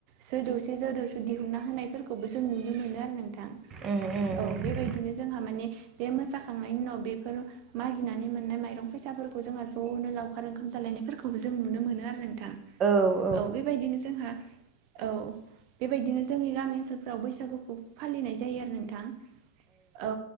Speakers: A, on the right (about 45°); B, on the right (about 25°).
A: सो दौसे जो दौस दिहुनना होनायफोरखौबो जों नुनो मोनो आरो नोंथां
B: उम उम
A: औ बेबायदि बिदिनो जोंहा माने बे मोसाखांनायनि उनाव बेफोर मागिनानै मोननाय माइरं फैसाफोरखौ जोंहा ज'नो लावखार ओंखाम जालायनायफोरखौबो जों नुनो मोनो आरो नोंथां
B: औ
A: औ बेबायदिनो जोंहा औ बेबायदिनो जोंनि गामि ओनसोलफोराव बैसागुखौ फालिनाय जायो आरो नोंथां औ